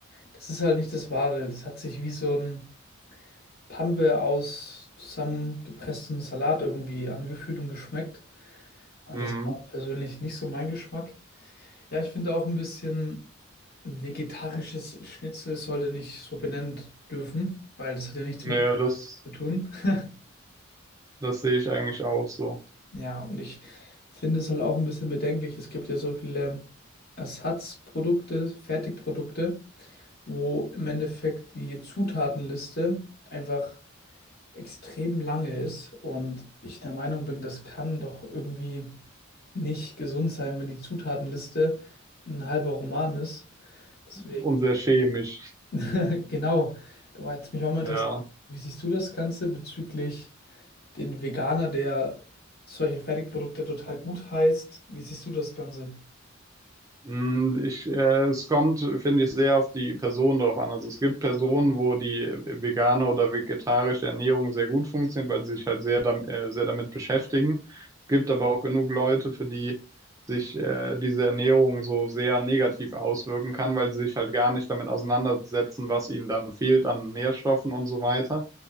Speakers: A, on the left; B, on the right.
A: Das ist halt nicht das Wahre. Das hat sich wie so ein Pampe aus zusammengepresstem Salat irgendwie angefühlt und geschmeckt. Ah,
B: Mhm.
A: Das war persönlich nicht so mein Geschmack. Ja, ich finde auch ein bisschen, ein vegetarisches Schnitzel sollte nicht so benannt dürfen, weil das hat ja nichts
B: Ja,
A: mit
B: das,
A: zu tun. <laughs>
B: das sehe ich eigentlich auch so.
A: Ja, und ich finde es halt auch ein bisschen bedenklich. Es gibt ja so viele Ersatzprodukte, Fertigprodukte, wo im Endeffekt die Zutatenliste einfach extrem lange ist und ich der Meinung bin, das kann doch irgendwie nicht gesund sein, wenn die Zutatenliste ein halber Roman ist. Deswegen,
B: Und sehr chemisch.
A: <laughs> genau, da war jetzt mich auch mal interessiert,
B: Ja.
A: wie siehst du das Ganze bezüglich den Veganer, der solche Fertigprodukte total gut heißt? Wie siehst du das Ganze?
B: Mm, Ich, äh, es kommt, finde ich, sehr auf die Person drauf an. Also es gibt Personen, wo die vegane oder vegetarische Ernährung sehr gut funktioniert, weil sie sich halt sehr, dam äh, sehr damit beschäftigen. Es gibt aber auch genug Leute, für die sich äh, diese Ernährung so sehr negativ auswirken kann, weil sie sich halt gar nicht damit auseinandersetzen, was ihnen dann fehlt an Nährstoffen und so weiter.